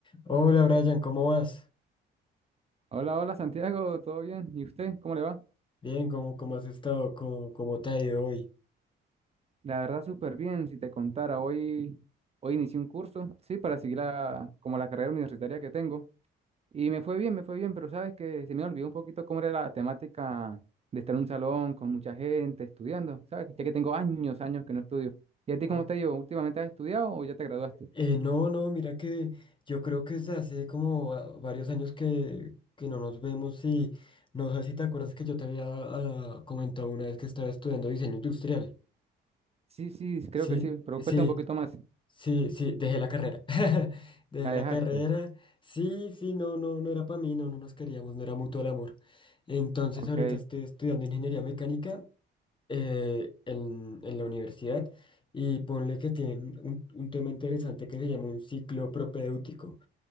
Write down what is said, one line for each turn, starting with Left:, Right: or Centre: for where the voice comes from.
Left: Hola Brian, ¿cómo vas?
Right: Hola, hola Santiago, ¿todo bien? ¿Y usted? ¿Cómo le va?
Left: Bien, ¿cómo, cómo has estado? ¿Cómo, cómo te ha ido hoy?
Right: La verdad, súper bien. Si te contara, hoy, hoy inicié un curso, sí, para seguir la, como la carrera universitaria que tengo. Y me fue bien, me fue bien, pero sabes que se me olvidó un poquito cómo era la temática de estar en un salón con mucha gente estudiando, ¿sabes? Ya que tengo años, años que no estudio. ¿Y a ti
Left: Oh,
Right: cómo te ha ido? ¿Últimamente has estudiado o ya te graduaste?
Left: eh, no, no, mira que yo creo que es hace como ah, varios años que, que no nos vemos y no sé si te acuerdas que yo te había ah, comentado una vez que estaba estudiando diseño industrial.
Right: Sí, sí, creo
Left: Sí,
Right: que sí, pero
Left: sí,
Right: cuesta un poquito más.
Left: sí, sí, dejé la carrera. <laughs> Dejé
Right: ¿La
Left: la
Right: dejaste?
Left: carrera. Sí, sí, no, no, no era para mí, no, no nos queríamos, no era mutuo el amor. Entonces
Right: Ok,
Left: ahorita estoy estudiando ingeniería mecánica eh, en, en la universidad y ponle que tienen un, un tema interesante que se llama un ciclo propedéutico.